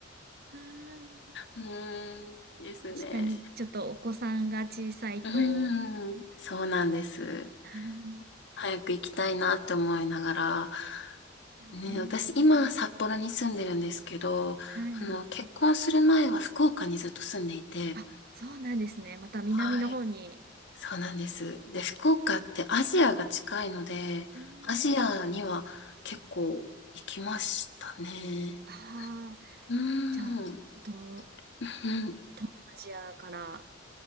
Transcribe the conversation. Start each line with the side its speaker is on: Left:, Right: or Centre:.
Right: あー
Left: ーんですね。
Right: 確かに、ちょっとお子さんが小さいと、
Left: うーん、そうなんです。
Right: あーで
Left: 早く行きたいなって思いながら、
Right: すよね。
Left: ね、私今札幌に住んでるんですけど、
Right: はい。
Left: あの、結婚する前は福岡にずっと住んでいて、
Right: あ、そうなんですね。また南の方に。
Left: はい。そうなんです。で、福岡ってアジアが近いので、
Right: うん。
Left: アジアには結構行きましたね。
Right: ああ、
Left: うーん。
Right: じゃあ、ど、
Left: うん
Right: 東南アジアから